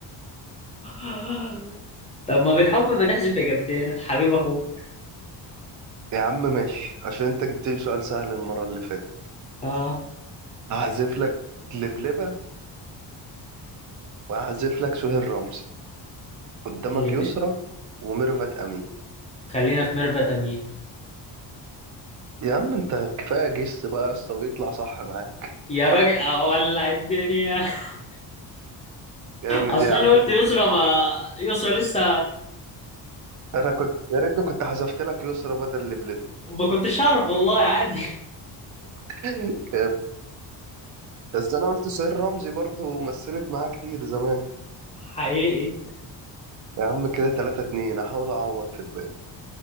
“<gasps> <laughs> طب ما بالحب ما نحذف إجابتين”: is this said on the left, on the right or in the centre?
Left